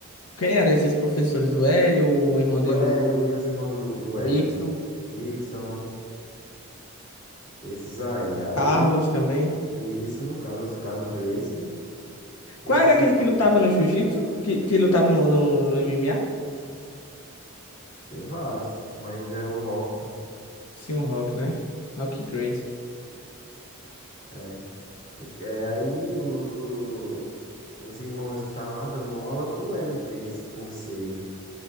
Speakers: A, on the left (about 85°); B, on the left (about 35°).
A: Quem eram esses professores? O Hélio, o irmão
B: O
A: dele,
B: Hélio
A: o
B: e os irmãos do, do
A: Rickson,
B: Hélio. Rickson, esses aí. Aí,
A: Carlos também.
B: isso, Carlos, Carlos Gracie. Esses,
A: Qual era aquele que lutava no jiu-jitsu? Que, que lutava no, no, no MMA?
B: Tem vários, mas é o rock.
A: Sim, o Rock, né? Rock Grace.
B: É, é. O- é, aí os, o- os irmãos estavam lá dando aula. O Hélio Gracie, por ser